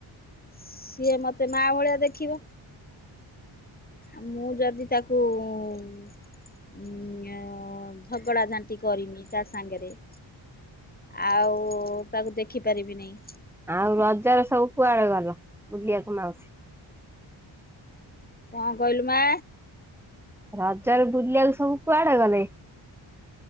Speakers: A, on the left; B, in the centre.
A: ସିଏ ମତେ ମା ଭଳିଆ ଦେଖିବ। ଆ ମୁଁ ଯଦି ତାକୁ ଉଁ <unintelligible> ଝଗଡ଼ା ଝାଣ୍ଟି କରିମି ତା ସାଙ୍ଗରେ। ଆଉ ତାକୁ ଦେଖିପାରିବି ନାଇଁ।
B: ଆଉ ରଜ ରେ ସବୁ କୁଆଡ଼େ ଗଲ ବୁଲିବାକୁ ମାଉସୀ?
A: କଣ କହିଲୁ ମା?
B: ରଜରେ ବୁଲି ବାକୁ ସବୁ କୁଆଡ଼େ ଗଲେ?